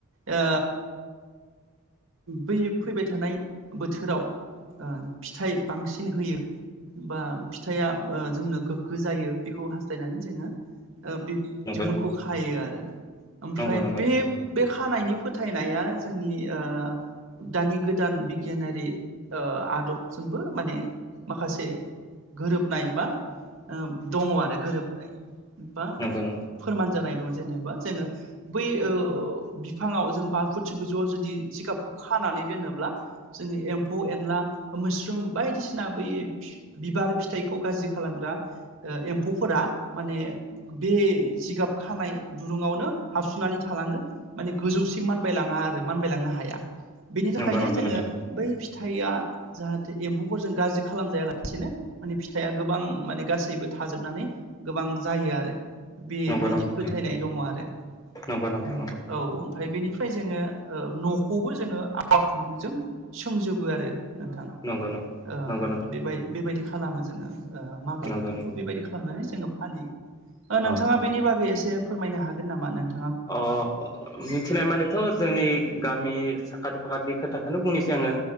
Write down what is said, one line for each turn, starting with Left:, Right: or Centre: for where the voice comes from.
Right: ओ बै फैबाय थानाय बोथोराव ओ फिथाइ बांसिन होयो बा फि थाइआ ओ जोंनो गोग्गो जायो बेखौ हास्थायनानै जोङो ओ बे
Left: नंगौ
Right: दिरुंखौ खायो आरो। ओमफ्राय
Left: नंगौ नंगौ
Right: बे-बे
Left: नोंथां
Right: खानायनि फो थायनाया जोंनि ओ दानि गोदान बिगियानारि ओ आदबजोंबो माने माखासे गोरोबनाय बा ओ दङ आरो गोरोबनाय। बा
Left: नंगौ नंगौ
Right: फोरमान जानाय दं जेनेबा जोङो बै ओ बिफांआव जों बा <unintelligible> जुदि जिगाबखौ खानानै दोनोब्ला जोङो एम्फौ एनला मोस्रोम बायदिसिना बै फि बिबार फि थाइखौ गाज्रि खालामग्रा ओ एम्फौफोरा माने बे जिगाब खानाय दुरुङावनो हाबसुनानै थालाङो माने गोजौसिम मानबायलाङा आरो मानबायलांनो हाया। बिनि थाखायनो
Left: नंगौ नंगौ
Right: जोङो
Left: नोंथां
Right: बै फि थाइया जाहाथे एम्फौफोरजों गाज्रि खालामजायालासिनो माने फिथाइआ गोबां माने गासैबो थाजोबनानै गोबां जायो आरो। बेबायदि
Left: नंगौ नंगौ नोंथां
Right: फोथायनाय दङ आरो
Left: नंगौ नोंथां
Right: ओ
Left: नंगौ
Right: औ ओमफ्राय बेनिफ्राय जोङो ओ न'खौबो जोङो आवा खुन्दुंजों सोंजोबो आरो नोंथां
Left: नंगौ नंगौ
Right: ओ
Left: नंगौ नोंथां
Right: बेबाय-बेबायदि खालामो जोङो ओ मागो
Left: नंगौ
Right: बोथोरखौ
Left: नंगौ
Right: बेबायदि खालामनानै जोङो फालियो नोंथाङा
Left: अ
Right: बेनि बागै एसे फोरमायनो हागोन नामा नोंथ
Left: अ मिथिनाय मानेथ' जोंनि गामि साखाथि फाखाथि खोथाखौनो बुंनोसै आङो